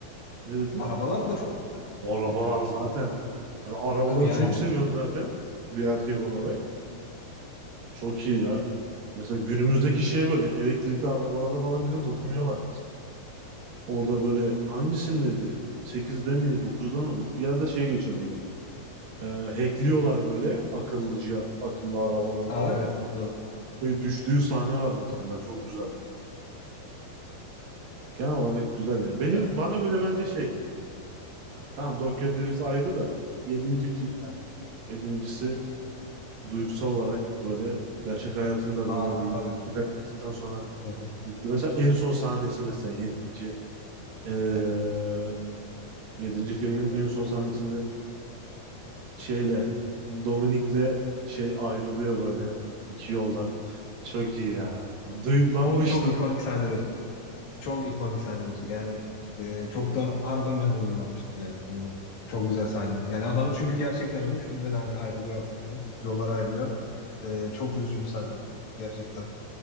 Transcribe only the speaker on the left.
Arabalar da çok güzel.
Tokyo'nun.
Çok,
yani.
Aa
evet hatırladım.
Ya,
aa
tabii.
Hı hı.
O çok ikonik sahnedir. Çok ikonik sahnedir. Yani e, çok da harbiden ben duygulanmıştım yani onunla. Çok güzel sahne. Yani adam çünkü gerçekten ölmüş. Filmde de hani ayrılıyor artık hani. Yollara ayrılıyor. E, çok üzücü bir sahne. Gerçekten.